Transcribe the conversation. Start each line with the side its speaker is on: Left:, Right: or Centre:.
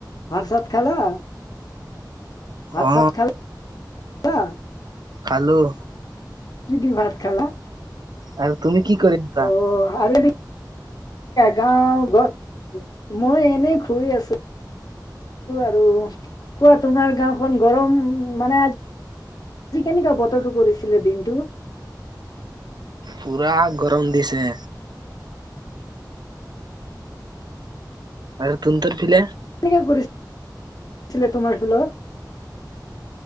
Left: ভাত চাত খালা? ভাত
Right: অ।
Left: চাত খালা?
Right: খালোঁ।
Left: কি দি ভাত খালা?
Right: আৰু তুমি কি কৰিছা
Left: অ' আৰু গাওঁ গ, মই এনে শুই আছো। আৰু কোৱা গাওঁখন গৰম মানে আজি আজি কেনেকোৱা বতৰটো কৰিছিলে দিনটো?
Right: পুৰা গৰম দিছে। আৰু তুনতন ফিলে?
Left: কেনে কৰিছিলে তোমাৰ ফালৰ?